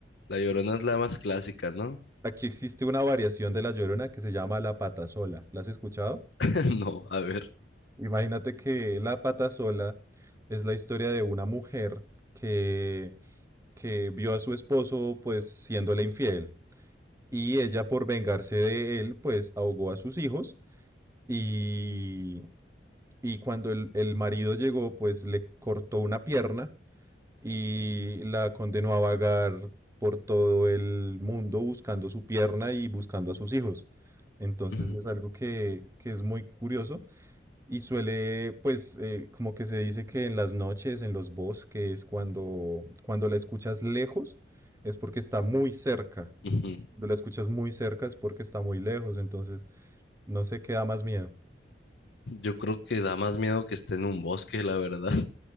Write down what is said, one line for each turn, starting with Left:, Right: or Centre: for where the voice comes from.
Left: La Llorona es la más clásica, ¿no?
Right: Aquí existe una variación de la Llorona que se llama la Patasola. ¿La has escuchado?
Left: <laughs> No, a ver.
Right: Imagínate que la Patasola es la historia de una mujer que, que vio a su esposo pues siéndole infiel. Y ella por vengarse de él pues ahogó a sus hijos y, y cuando el, el marido llegó, pues le cortó una pierna y la condenó a vagar por todo el mundo buscando su pierna y buscando a sus hijos. Entonces
Left: Ujú,
Right: es algo que, que es muy curioso y suele, pues, eh, como que se dice que en las noches, en los bosques, cuando, cuando la escuchas lejos, es porque está muy cerca.
Left: ujú.
Right: Cuando la escuchas muy cerca es porque está muy lejos. Entonces, no sé qué da más miedo.
Left: Yo creo que da más miedo que esté en un bosque, la verdad.